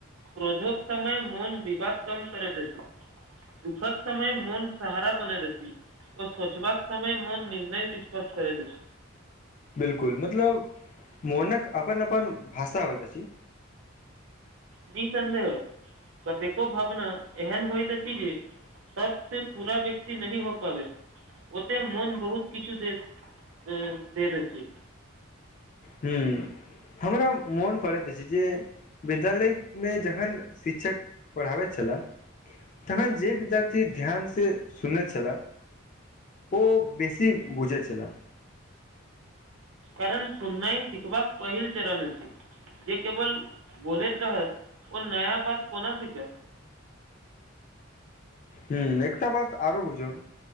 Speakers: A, on the right; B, on the left.
A: क्रोधक समय मोन विवाद कम करैत अछि दुःखद समय मोन सहारा बनैत अछि ओ सोचबाक समय मोन निर्णय स्पष्ट करैत अछि
B: बिलकुल मतलब मोनक अपन अपन भाषा होइत अछि
A: निःसन्देह कतेको भावना एहन होइत अछि जे शब्द से पूरा व्यक्ति नहि हो पाबै ओते मोन बहुत किछु दे से दैत अछि
B: ह्म हमरा मोन पड़ैत अछि जे विद्यालयमे जखन शिक्षक पढ़ाबैत छला तखन जे विद्यार्थी ध्यानसँ सुनैत छला ओ बेसी बुझैत छला
A: कारण सुननाई शिखबाक पहिल चरण अछि जे केवल बोलैत रहत ओ नया बात कोना सिखत
B: हूँ एकटा बात आरो बुझब